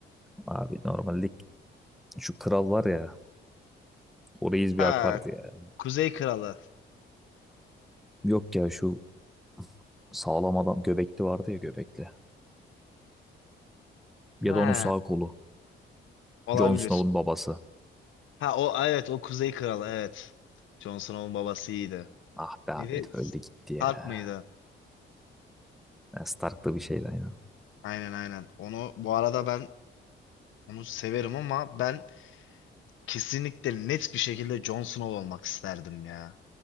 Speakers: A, in the centre; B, on the left (about 75°).
A: abi normalde şu kral var ya. O reis
B: Ha,
A: bir akardı ya.
B: Kuzey Kralı.
A: Yok ya şu sağlam adam göbekli vardı ya göbekli. Ya
B: Ha,
A: da onun sağ kolu.
B: olabilir.
A: Jon Snow'un babası.
B: Ha o evet o Kuzey Kralı evet. Jon Snow'un babası iyiydi.
A: Ah be abi
B: Neydi?
A: herif
B: Stark
A: öldü gitti ya.
B: mıydı?
A: Ben Stark'ta bir şeydi aynen.
B: Aynen aynen. Onu bu arada ben onu severim ama ben kesinlikle net bir şekilde Jon Snow olmak isterdim ya.